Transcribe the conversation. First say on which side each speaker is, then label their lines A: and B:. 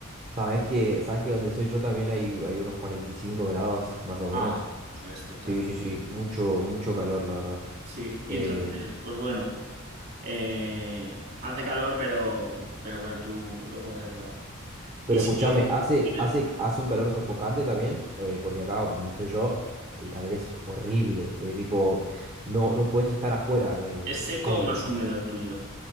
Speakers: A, on the right; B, on the right.
A: Sabes que, sabes que donde soy yo también hay, hay unos 45 grados, más o menos.
B: Ah. Pues esto, todo
A: Sí,
B: esto.
A: sí, sí. Mucho, mucho calor, la verdad.
B: Sí, y
A: Eh,
B: entonces, pues bueno. Eh, hace calor, pero, pero bueno, tú lo podrás llevar.
A: Pero
B: Y si
A: escúchame,
B: lo-
A: hace,
B: bien,
A: hace, hace un calor sofocante también, eh, porque acá donde soy yo, el calor es horrible. eh, tipo, no, no puedes estar afuera. eh,
B: ¿es seco
A: como
B: o
A: que
B: más húmedo el tuyo?